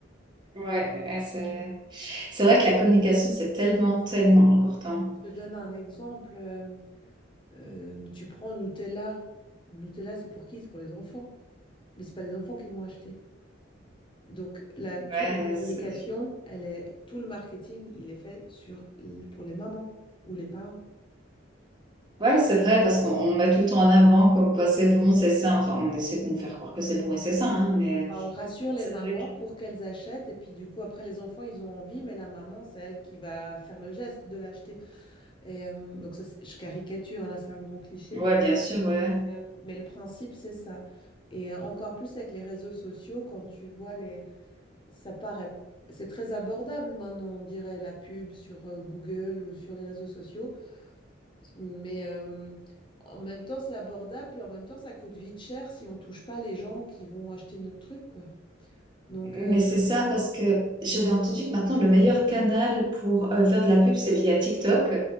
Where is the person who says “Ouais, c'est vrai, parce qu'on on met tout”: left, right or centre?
Right